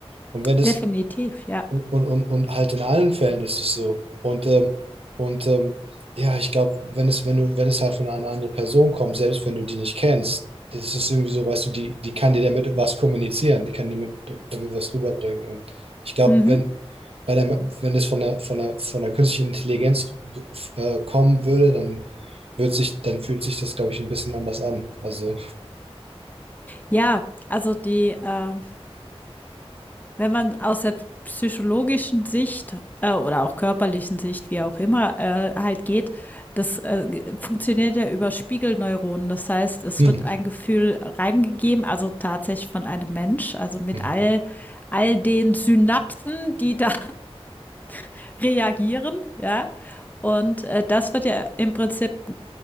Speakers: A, on the right (about 65°); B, on the left (about 15°).
A: Und wenn
B: Definitiv,
A: es
B: ja.
A: und, und, und, und halt in allen Fällen ist es so. Und, ähm, und ähm, ja, ich glaube, wenn es, wenn du, wenn es halt von einer anderen Person kommt, selbst wenn du die nicht kennst, das ist irgendwie so, weißt du, die, die kann dir damit was kommunizieren, die kann dir mit, damit was rüberbringen. Und ich glaube,
B: Mhm.
A: wenn, bei der, wenn es von der, von der, von der künstlichen Intelligenz äh, kommen würde, dann wird sich, dann fühlt sich das, glaube ich, ein bisschen anders an. Also,
B: Ja, also die äh, Wenn man aus der psychologischen Sicht äh, oder auch körperlichen Sicht, wie auch immer, äh, halt geht, das äh, g- funktioniert ja über Spiegelneuronen. Das heißt, es
A: hm,
B: wird ein Gefühl reingegeben, also tatsächlich von einem Mensch, also mit
A: Mhm.
B: all, all den Synapsen, die da <laughs> reagieren, ja. Und äh, das wird ja im Prinzip,